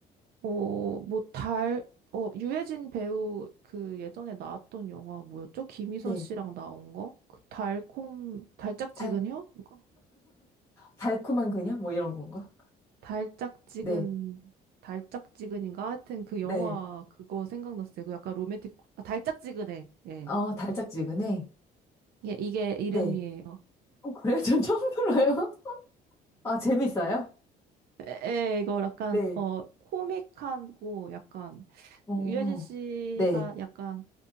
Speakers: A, on the right; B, on the left.
A: 어, 뭐, 달, 어, 유해진 배우 그 예전에 나왔던 영화 뭐였죠? 김희선
B: 네.
A: 씨랑 나온 거? 그 달콤, 달짝지근이요?
B: 달
A: 그거?
B: 달콤한 그녀 뭐 이런 건가?
A: 달짝지근,
B: 네.
A: 달짝지근인가? 하여튼 그
B: 네.
A: 영화 그거 생각났어요. 그 약간 로맨틱, 아, 달짝지근해. 예.
B: 어, 달짝지근해.
A: 예, 이게 이름이에요.
B: 네. 어, 그래요? 전 처음 들어요. <laughs> 아, 재밌어요?
A: 에, 에, 이거 약간,
B: 네.
A: 어, 코믹하고 약간,
B: 어.
A: 유해진 씨가
B: 네.
A: 약간,